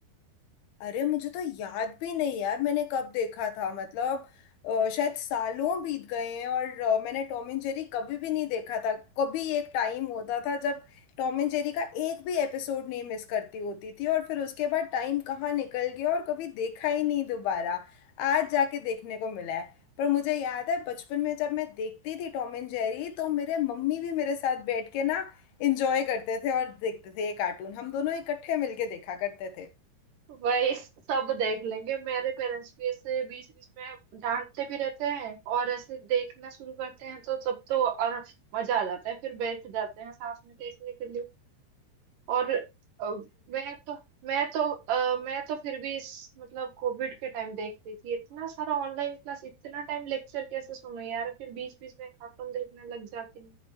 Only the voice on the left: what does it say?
अरे मुझे तो याद भी नहीं यार मैंने कब देखा था मतलब अ, शायद सालों बीत गए हैं और अ, मैंने टॉम एंड जेरी कभी भी नहीं देखा था कभी एक टाइम होता था जब टॉम एंड जेरी का एक भी एपिसोड नहीं मिस करती होती थी और फिर उसके बाद टाइम कहाँ निकल गया और कभी देखा ही नहीं दोबारा आज जाके देखने को मिला है पर मुझे याद है बचपन में जब मैं देखती थी टॉम एंड जेरी तो मेरे मम्मी भी मेरे साथ बैठ के ना इंजॉय करते थे और देखते थे ये कार्टून हम दोनों इकट्ठे मिलके देखा करते थे